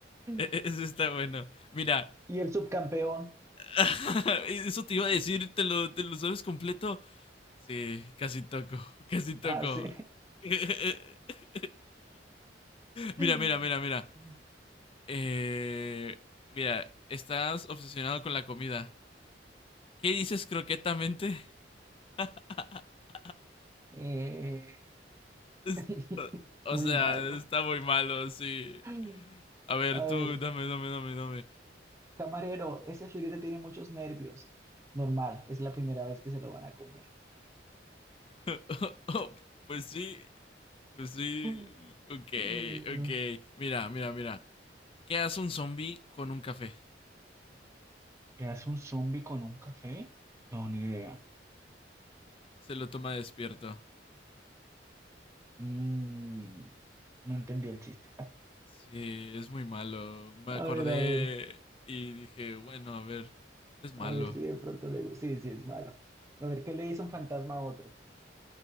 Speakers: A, on the right; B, on the left.
A: Mm.
B: E- e- Eso está bueno. Mira,
A: ¿Y el subcampeón?
B: <laughs> eso te iba a decir, ¿te lo, te lo sabes completo? Sí, casi toco, <laughs> casi toco.
A: Ah, sí.
B: <laughs>
A: <laughs>
B: Mira, mira, mira, mira.
A: Mm.
B: Eh, mira, estás obsesionado con la comida. ¿Qué dices croquetamente? <laughs>
A: Eh,
B: Es-
A: <laughs>
B: o
A: muy
B: sea,
A: malo.
B: está muy malo, sí.
A: Mm.
B: A ver,
A: A ver,
B: tú, dame, dame, dame, dame.
A: camarero, ese filete tiene muchos nervios. Normal, es la primera vez que se lo van a comer.
B: <laughs> Pues sí, pues sí.
A: Mm.
B: Ok,
A: Ay, güey.
B: ok. Mira, mira, mira. ¿Qué hace un zombie con un café?
A: ¿Qué hace un zombie con un café? No, ni idea.
B: Se lo toma despierto.
A: Mm, no entendí el chiste.
B: Sí, es muy malo. Me
A: A
B: acordé
A: ver, a ver,
B: y dije, bueno, a ver, es malo.
A: a ver si de pronto le gusta. Sí, sí, es malo. A ver, ¿qué le dice un fantasma a otro?